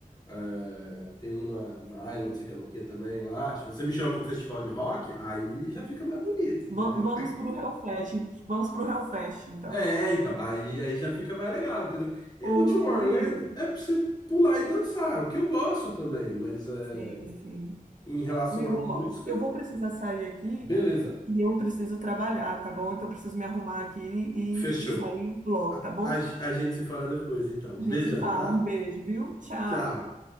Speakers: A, on the left (about 25°); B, on the right (about 60°).
A: é, tem um na, na Island, não sei que lá o que também lá. Se você me chama pra um festival de rock, aí já fica mais bonito, entendeu?
B: va- vamos pro Hellfest, vamos pro Hellfest, então.
A: É, então, aí, aí já fica mais legal, entendeu? E
B: Ô,
A: o Tomorrowland
B: ô, Will,
A: é pra você pular e dançar, é o que eu gosto também, mas é,
B: sim, sim.
A: em relação
B: Will,
A: à música,
B: ó, eu vou precisar sair aqui
A: beleza,
B: e eu preciso trabalhar, tá bom? Então eu preciso me arrumar aqui e,
A: fechou.
B: e sair logo,
A: a,
B: tá bom?
A: a a gente se fala depois, então. Um
B: A gente
A: beijão,
B: se fala,
A: tá?
B: um beijo, viu? Tchau.
A: Tchau.